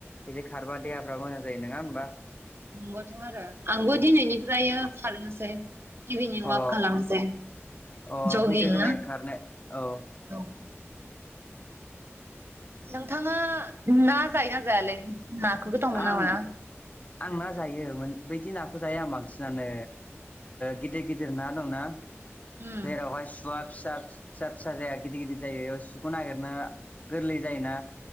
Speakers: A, on the left (about 30°); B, on the right (about 55°).
A: बिदि खारबा देहाफ्रा मोजां जायो नङा होनबा।
B: नंगथ' आरो आंबो दिनैनिफ्राय खारनोसै इभिनिं
A: अ
B: वाक खालामसै।
A: अ
B: जगिं
A: फैदो दनै
B: ना
A: खारनो औ।
B: औ नोंथाङा ना जायो ना जायालै? नाखौ गोथाव
A: आं
B: मोनो ना मोना?
A: आं ना जायो बदि नाखौ। जाया बांसिनानो गिदिर गिदिर ना दंना
B: उम
A: जेरावहाय। सुवा फिसा फिसा फिसा जाया गिदिर गिदिर जायो सुखौ नागिरनो गोरलै जायोना।